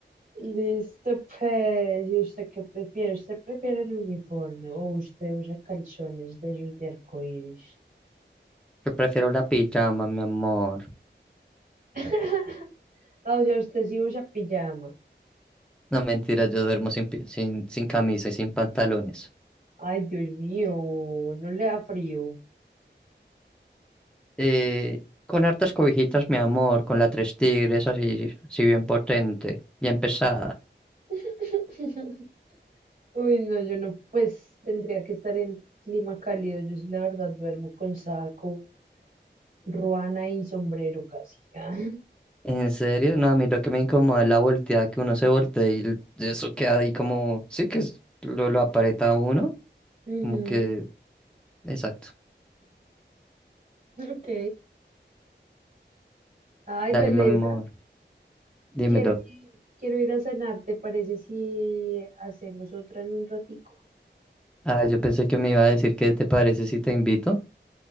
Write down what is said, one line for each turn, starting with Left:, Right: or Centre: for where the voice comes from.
Right: Listo, pues, ¿y usted qué prefiere? ¿Usted prefiere el uniforme o usted usa calzones de esos de arcoíris?
Centre: Yo prefiero la pijama, mi amor.
Right: <laughs> Ah, o sea, usted sí usa pijama.
Centre: No, mentira, yo duermo sin, pi- sin, sin camisa y sin pantalones.
Right: Ay, Dios mío, no le da frío.
Centre: Eh, con hartas cobijitas, mi amor, con la tres tigres así, así bien potente, bien pesada.
Right: <laughs> Uy, no, yo no, pues tendría que estar en clima cálido. Yo sí, la verdad, duermo con saco, ruana y sombrero casi. <laughs> Ah,
Centre: ¿En serio? No, a mí lo que me incomoda es la volteada, que uno se voltea y el- eso queda ahí como, sí que es- lo, lo aparenta a uno,
Right: Ujú,
Centre: como que, exacto.
Right: Ok. Ay,
Centre: Dale,
Right: belleza.
Centre: mi amor, dímelo.
Right: Quiero ir, quiero ir a cenar, ¿te parece si hacemos otra en un ratico?
Centre: Ah, yo pensé que me iba a decir qué te parece si te invito.